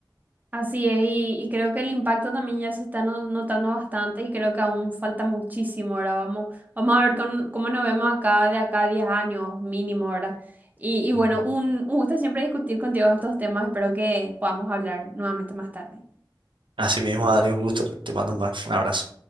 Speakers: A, on the right; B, on the right.
A: Así es, y, y creo que el impacto también ya se está no- notando bastante y creo que aún falta muchísimo, ahora vamos, vamos a ver con- cómo nos vemos acá de acá a 10 años mínimo, ahora Y, y bueno,
B: Ujú.
A: un, un gusto siempre discutir contigo estos temas, espero que podamos hablar nuevamente más tarde.
B: Así mismo, Adri, un gusto. Te mando un ba- un abrazo.